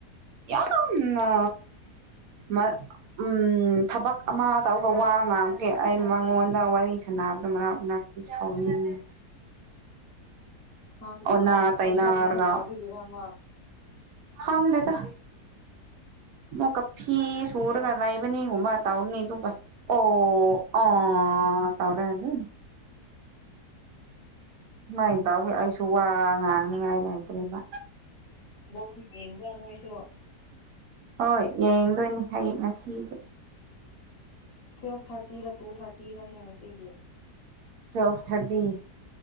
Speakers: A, on the right; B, on the left.
A: ꯌꯥꯝꯅ ꯃ <unintelligible> ꯎꯝ ꯊꯕꯛ ꯑꯃ ꯇꯧꯕ ꯋꯥ ꯉꯥꯡꯕꯒꯤ ꯑꯩ ꯃꯉꯣꯟꯗ ꯋꯥꯔꯤ ꯁꯥꯟꯅꯕꯗꯣ ꯃꯔꯛ ꯃꯔꯛ ꯁꯥꯎꯅꯤꯡꯏ
B: ꯃꯥꯁꯨ
A: ꯑꯣꯟꯅ
B: ꯊꯕꯥꯛ ꯀ꯭ꯔꯣꯁꯠꯒꯨꯝꯕ
A: ꯇꯩꯅꯔꯒ
B: ꯇꯧꯕꯒꯤꯔꯥ ꯑꯃ
A: ꯍꯪꯗꯦꯗ ꯑꯃꯨꯛꯀ ꯐꯤ ꯁꯨꯔꯒ ꯂꯩꯕꯅꯦ ꯒꯨꯕ ꯇꯧꯅꯤ ꯑꯗꯨꯒ ꯑꯣ
B: ꯎꯝ
A: ꯑꯣ ꯇꯧꯔꯦ ꯑꯗꯨꯝ ꯁꯨꯃꯥꯏꯅ ꯇꯧꯋꯤ ꯑꯩꯁꯨ ꯋꯥ ꯉꯥꯡꯅꯤꯉꯥꯏ ꯂꯩꯇ꯭ꯔꯦꯕ
B: ꯕꯣꯜ ꯌꯦꯡꯕ꯭ꯔꯥ ꯅꯣꯏꯁꯨ
A: ꯍꯣꯏ ꯌꯦꯡꯗꯣꯏꯅꯦ ꯍꯌꯦꯡ ꯉꯁꯤꯖꯨ
B: ꯇꯨꯋꯦꯜꯐ ꯊꯥꯔꯇꯤꯔ ꯇꯨ ꯊꯥꯔꯇꯤꯔꯅꯦ ꯉꯁꯤꯒꯤ
A: ꯇ꯭ꯋꯦꯜꯞ ꯊꯥꯔꯇꯤ